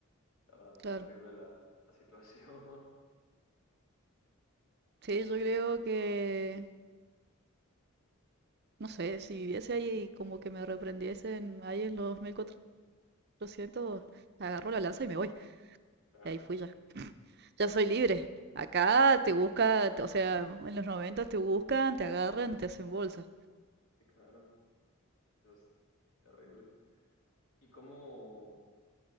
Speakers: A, on the left; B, on the right.
A: estaba
B: Claro.
A: terrible la, la situación. <laughs>
B: Sí, yo creo que, no sé, si viviese ahí y como que me reprendiesen ahí en los 1400 lo siento, agarro la lanza y me voy.
A: Claro,
B: Y ahí fui ya. Ya soy libre. Acá te busca, o sea, en los 90 te buscan, te agarran, te hacen bolsa.
A: sí, claro, eso es terrible. ¿Y cómo,